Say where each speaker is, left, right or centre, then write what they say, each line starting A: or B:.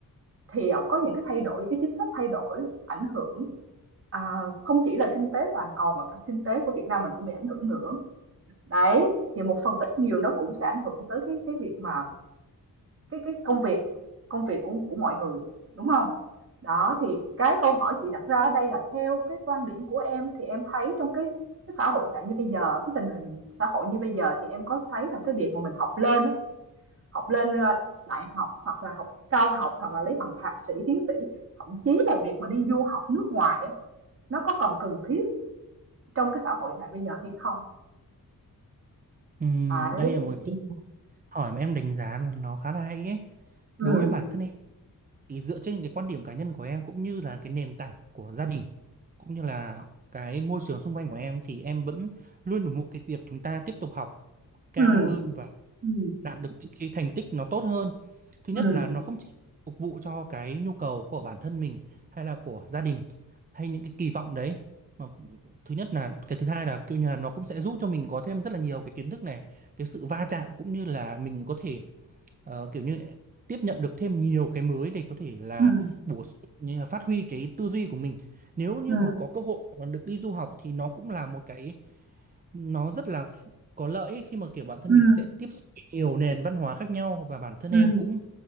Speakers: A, on the right; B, on the right.
A: thì ông có những cái thay đổi, cái chính sách thay đổi ảnh hưởng À, không chỉ là kinh tế toàn cầu mà cả kinh tế của Việt Nam mình cũng bị ảnh hưởng nữa. Đấy, thì một phần ít nhiều nó cũng sẽ ảnh hưởng tới cái cái việc mà cái cái công việc công việc của của mọi người, đúng không? Đó thì cái câu hỏi chị đặt ra ở đây là theo cái quan điểm của em thì em thấy trong cái cái xã hội tại như bây giờ, cái tình hình xã hội như bây giờ thì em có thấy là cái việc mà mình học lên á, học lên à, đại học hoặc là học cao học hoặc là lấy bằng thạc sĩ, tiến sĩ, thậm chí là việc mà đi du học nước ngoài á, nó có còn cần thiết trong cái xã hội hiện đại bây giờ hay không
B: Ừm,
A: đấy
B: đây là một Thì
A: ừ
B: câu hỏi mà em đánh giá là nó khá là hay ấy.
A: ừ
B: Đối với bản thân em thì dựa trên cái quan điểm cá nhân của em cũng như là cái nền tảng của gia đình cũng như là cái môi trường xung quanh của em thì em vẫn luôn ủng hộ cái việc chúng ta tiếp tục học cao
A: ừ
B: hơn
A: ừ
B: đạt được những cái thành tích nó tốt hơn. Thứ
A: ừ
B: nhất là nó không chỉ phục vụ cho cái nhu cầu của bản thân mình hay là của gia đình hay những cái kỳ vọng đấy. Mà thứ nhất là cái thứ hai là kiểu như là nó cũng sẽ giúp cho mình có thêm rất là nhiều cái kiến thức này, cái sự va chạm cũng như là mình có thể ờ, kiểu như tiếp nhận được thêm nhiều cái mới để có thể là
A: ừ
B: bổ sung như là phát huy cái tư duy của mình. Nếu như
A: ừ
B: mà có cơ hội mà được đi du học thì nó cũng là một cái nó rất là ph- có lợi ấy, khi mà kiểu bản thân
A: ừ
B: mình sẽ tiếp xúc với nhiều nền văn hóa khác nhau và bản thân
A: ừ
B: em cũng